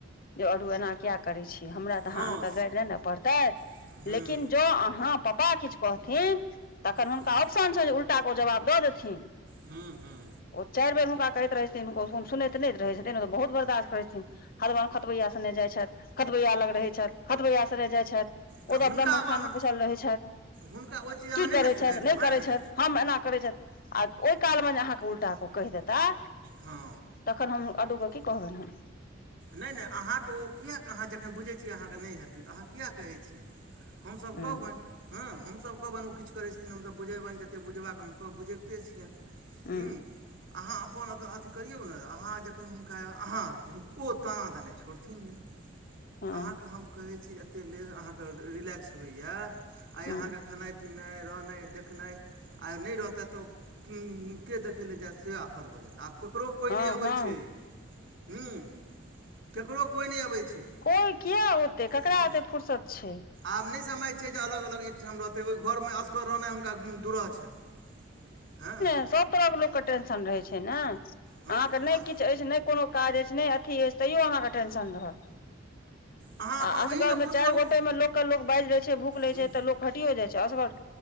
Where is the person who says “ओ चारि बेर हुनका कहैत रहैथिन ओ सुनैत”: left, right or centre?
Left